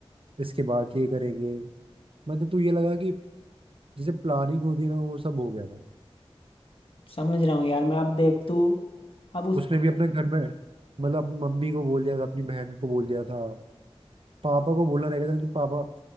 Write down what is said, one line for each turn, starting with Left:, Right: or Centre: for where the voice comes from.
Right: इसके बाद ये करेंगे मतलब तो ये लगा कि जैसे प्लानिंग होती है ना वो सब हो गया था
Left: समझ रहा हूँ यार मैं अब देख तू अब उसको
Right: उसने भी अपने घर में मतलब अपनी मम्मी को बोल दिया था अपनी बहन को बोल दिया था पापा को बोलना रह गया था लेकिन पापा